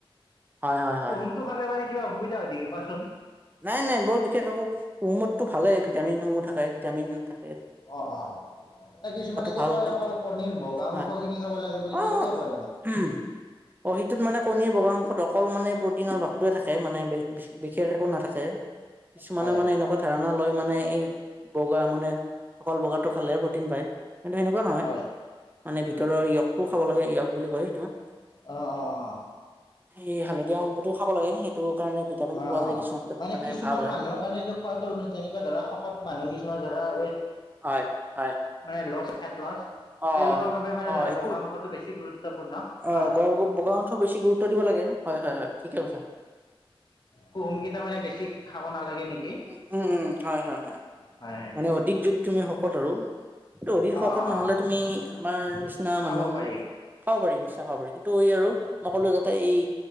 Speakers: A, on the right; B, on the left.
A: হয় হয় হয়
B: কুহোমটো খালে মানে কিবা অসুবিধা হয় নেকি কোৱাচোন।
A: নাই, নাই বৰ বিশেষ একো কুহুমতটো ভালেই ভিটামিনসমূহ থাকে ভিটামিন থাক
B: অ, অ। ত কিছুমানে যে
A: ভাল
B: কয়
A: কিন্তু
B: অকল কণীৰ বগা অংশ
A: হয়
B: খিনি খাব লাগে বুলি
A: অ
B: কয়। কিয় কয় মানে?
A: উম, অ সিটোত মানে কণীৰ বগা অংশ অকল মানে প্ৰটিনৰ ভাগটোৱে থাকে। মানে বিশেষ একো নাথাকে। কিছুমানে
B: হয়
A: মানে এনেকুৱা ধাৰণা লয়। মানে এই, বগা মানে, অকল বগাটো খালেহে প্ৰটিন পায়। কিন্তু সেনেকুৱা নহয়।
B: হয়
A: মানে ভিতৰৰ য়কটোও খাব লাগে। য়ক বুলি কয় সেইটো।
B: অহ, অ, অ।
A: এই হালধীয়া অংশটো খাব লাগে, সেইটো কাৰণে ভিটামিন
B: অ' অ'
A: পোৱা যায়
B: অ'
A: কিছু সংখ্যাত
B: মানে কিছুমান
A: ভাল হয়
B: মানুহৰ কাৰণে এইটো খোৱাটো অনুচিত যেনেকুৱা ধৰা শকত মানুহ কিছুমান ধৰা ৱেইট
A: হয় হয়।
B: মানে লছ খাত লছ।
A: অ
B: তেওঁলোকৰ বাবে মানে
A: অ,
B: ধৰা
A: সেইটো,
B: বগা অংশটো বেছি গুৰুত্বপূৰ্ণ
A: অ
B: ন
A: বগাঠ বেছি গুৰুত্ব দিব লাগে। কে হয় হয় হয় ঠিকে কথা।
B: কুহুম কেইটা মানে বেছি খাব নালাগে নেকি।
A: উ উম উম হয় হয় হয়,
B: হয় হয়
A: মানে অধিক যদি তুমি শকত আৰু। ত অধিক শখত
B: অ' অ'
A: নহলে
B: অ'
A: তুমি আমাৰ নিচিনা
B: খাব
A: মানুহ
B: পাৰি
A: খাব, পাৰি নেকি। বিশ্বাস হব পাৰি কিন্তু, এই আৰু মই ক'লো যাতে এই